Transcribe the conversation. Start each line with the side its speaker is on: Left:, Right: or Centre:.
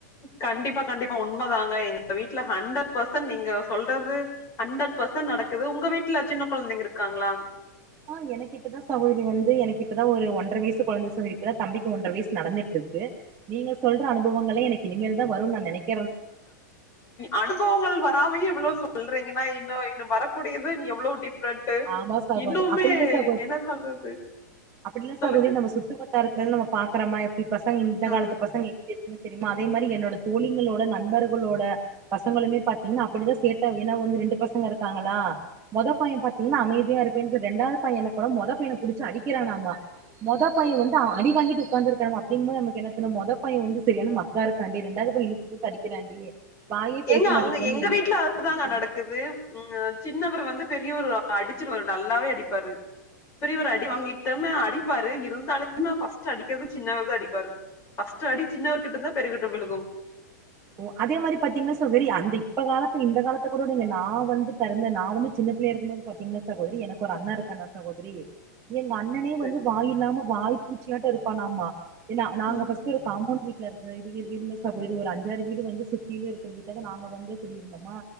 Left: கண்டிப்பா கண்டிப்பா உண்மைதாங்க எங்க வீட்ல ஹண்ட்ரட் பெர்சன்ட் நீங்க சொல்றது ஹண்ட்ரட் பசன் நடக்குது உங்க வீட்ல சின்ன குழந்தைங்க இருக்காங்களா
Right: ஆ எனக்கு இப்பதான் சகோதரி வந்து எனக்குப்பதான் ஒரு ஒன்றரை வயசு குழந்தை சகோதரி இப்பதான் தம்பிக்கு ஒன்றரை வயசு நடந்துட்டு இருக்கு இருக்கு நீங்க சொல்ற அனுபவங்களை எனக்கு இனிமேல் தான் வரும் நான் நினைக்கிறே
Left: அனுபவங்கள் வராமே இவ்வளோ சொல்றீங்கன்னா இன்னு இன்னோ வரக்கூடியது எவ்வளவு டி கு
Right: ஆமா சகோதரி
Left: இன்னுமே
Right: அப்டி இல்ல சகோதரி
Left: என்ன சொல்றது
Right: அப்டில்ல
Left: சொல்லுங்க.
Right: சகொதி நம்ம சுத்து வட்டாரத்துல நம்ம பாக்கறமா எப்டி பசங்க இந்த
Left: ஆ.
Right: காலத்து பசங்க எப்டி என்னு தெரியுமா அதே மாரி என்னோட தோழிங்களோட நண்பர்களோட பசங்களுமே பாத்தீங்கன்னா அப்டிதா சேட்ட ஏன்னா வந்து ரெண்டு பசங்கயிருக்காங்களா மொத பையன் பத் ன்னா அமைதியா இருகேன் சொல்லி இண்டாவது பையன் என்ன பண்ண மொத பையன புடிச்சு அடிக்கிறானாமா மொத பையன் வந்து அடி வாங்கிட்டு உட்காந்துருக்காண அப்டிங்னு நமக்கு என்னதொண்ண மொத பைய வந்து செரியான மக்கா இருக்கண்டி ரெண்டாவுது பைய இழுத்து போட்டு அடிக்கிறாண்டி வாயே பேச
Left: எங்க
Right: மாட்டேங்கிறாண்டி
Left: அங்க எங்க
Right: என்ன
Left: வீட்டுல
Right: தாண்டி
Left: அதுதாங்க
Right: பண்றது
Left: நடக்குது உஹ சின்னவர் வந்து பெரியவரு அடிச்சுட்டுவரு நல்லாவே அடிப்பாரு பெரியவரு அடி வாங்கிட்டு தம அடிப் பப்பாரு இருந்தாலும ஃர்ஸ்ட் அடிக்கறது சின்னாவத அடிப்பாரு பஸ்ட் அடி சின்னவர்கிட்டதா பெரியவக்கிட்ட விழுகு
Right: ஓ அதே மாரி பாத்தீங்கன்னா சோ வெரி அந்த இப்ப காலத்து இந்த காலத்த கூட நீங்க நா வந்து பிறந்த நா வந்து சின்ன சின்ன பிள்ளைய இருக்கும்போது பாத்தீங்கன்னா சகோதரி எனக்கு ஒரு அண்ணா இருக்கான்னா சகோதரி எங்க அண்ணனே
Left: சரி.
Right: வந்து வாய் இல்லாம வாய் பூச்சியாட்ட இருப்பானமா ஏனா நாங்க
Left: ம்.
Right: பஸ்டு ஒரு காம்போண்ட் வீல இது இரு இருந்தா ஸ்லயா போய்டு ஒரு அஞ்சாறு வீடு வந்து சுத்திலிலு இருக்கிற வீட்டதா நாங்க வந்து குடியிருந்தமா